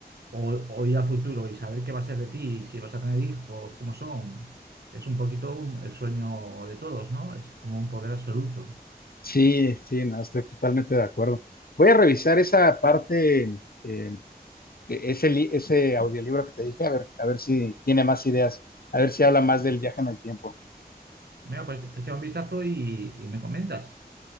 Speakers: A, on the right; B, on the left.
A: o, o ir al futuro y saber qué va a ser de ti, si vas a tener hijos, cómo son, es un poquito un- el sueño de todos, ¿no? Es como un poder absoluto.
B: Sí, sí, no, estoy totalmente de acuerdo. Voy a revisar esa parte, eh, e-, ese, li- ese audiolibro que te dije, a ver, a ver si tiene más ideas, a ver si habla más del viaje en el tiempo.
A: Mira, pues echa un vistazo y, y me comentas.